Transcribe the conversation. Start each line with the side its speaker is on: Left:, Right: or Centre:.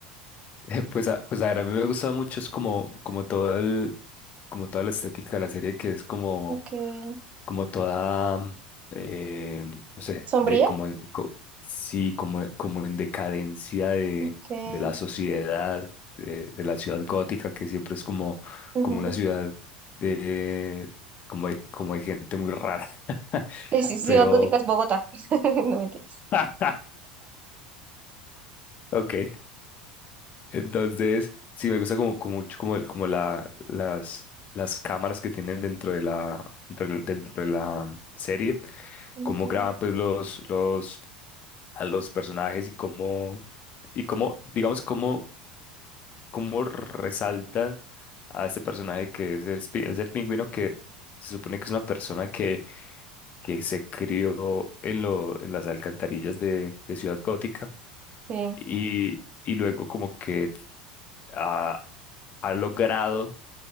Left: Eh, Pues a, pues a ver, a mí me gusta mucho, es como, como todo el, como toda la estética de la serie, que es como,
Right: Okay.
Left: como toda, mm, eh, no sé,
Right: ¿Sombría?
Left: de como, en- co- sí, como, como en decadencia de,
Right: Okay.
Left: de la sociedad, de, de la ciudad gótica, que siempre es como,
Right: Ujú.
Left: como una ciudad de, como de, como de gente muy rara, <laughs>
Right: Es
Left: pero,
Right: Ciudad Gótica es Bogotá, <laughs> no mentiras.
Left: <laughs> ok, Entonces, sí, me gusta como, como mucho como, el- como la, las, las cámaras que tienen dentro de la, dentro de dentro de la mm, serie,
Right: Okay.
Left: cómo graban pues los, los, a los personajes y cómo, y cómo, digamos, cómo, cómo resalta a este personaje que es, es, pi- es el pingüino que se supone que es una persona que, que se crió en, lo, en las alcantarillas de, de Ciudad Gótica
Right: Sí,
Left: y, y luego como que ha, ha logrado